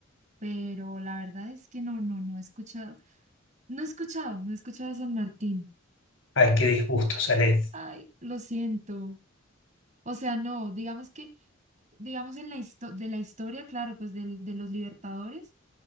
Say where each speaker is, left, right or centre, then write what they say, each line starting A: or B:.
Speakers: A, on the right (about 35°); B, on the left (about 70°).
A: pero la verdad es que no, no, no he escuchado, no he escuchado, no he escuchado a San Martín.
B: Ay, qué disgusto, Zaret.
A: Ay, lo siento. O sea, no, digamos que, digamos en la histo- de la historia, claro, pues del- de los libertadores,